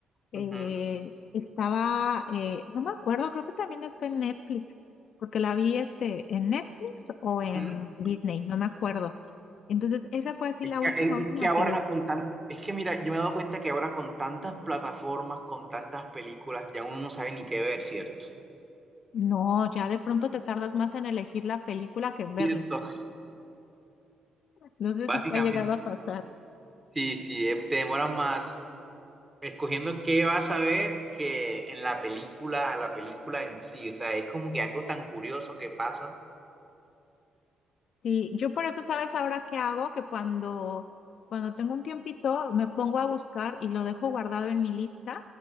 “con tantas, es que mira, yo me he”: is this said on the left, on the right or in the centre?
Right